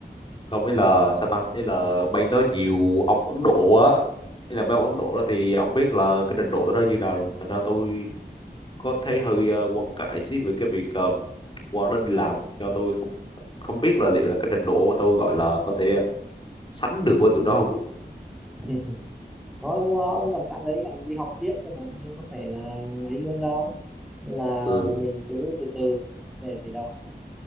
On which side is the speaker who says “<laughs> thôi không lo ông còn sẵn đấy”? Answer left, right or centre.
Centre